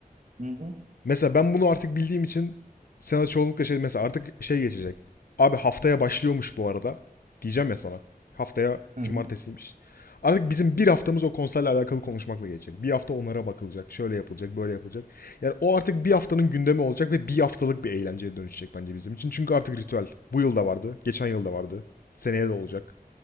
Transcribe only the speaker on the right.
Hı hı.
Hı hı.